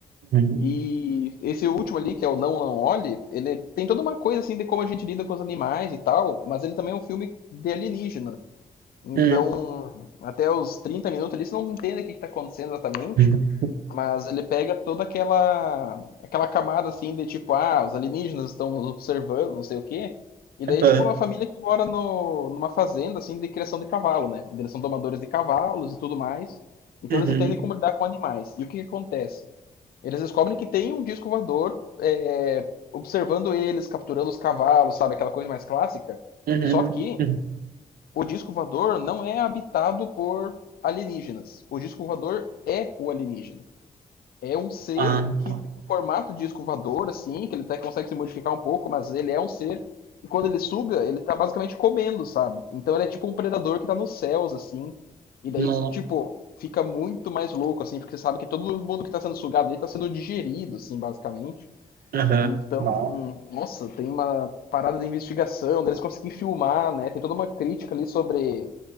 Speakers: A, on the right; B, on the left.
A: Uhum.
B: e esse último ali, que é o Não Não Olhe, ele tem toda uma coisa assim de como a gente lida com os animais e tal, mas ele também é um filme de alienígena. Então,
A: Uhum.
B: até os 30 minutos ali, você não entende o que está acontecendo exatamente,
A: Uhum.
B: mas ele pega toda aquela aquela camada assim de tipo, ah, os alienígenas estão nos observando, não sei o quê. E daí,
A: Aham.
B: tipo, uma família que mora no, numa fazenda assim de criação de cavalo, né? Eles são domadores de cavalos e tudo mais. Então
A: Uhum.
B: eles entendem como lidar com animais. E o que, que acontece? Eles descobrem que tem um disco voador é, observando eles, capturando os cavalos, sabe? Aquela coisa mais clássica.
A: Uhum.
B: Só que
A: Uhum.
B: o disco voador não é habitado por alienígenas. O disco voador é o alienígena é um ser
A: Ah, não.
B: que tem o formato de escovador, assim, que ele até consegue se modificar um pouco, mas ele é um ser. E quando ele suga, ele tá basicamente comendo, sabe? Então ele é tipo um predador que tá nos céus, assim. E daí,
A: Não.
B: tipo, fica muito mais louco, assim, porque você sabe que todo mundo que tá sendo sugado ali tá sendo digerido, assim, basicamente.
A: Aham.
B: Então,
A: Não.
B: hum, nossa, tem uma parada de investigação, deles conseguir filmar, né? Tem toda uma crítica ali sobre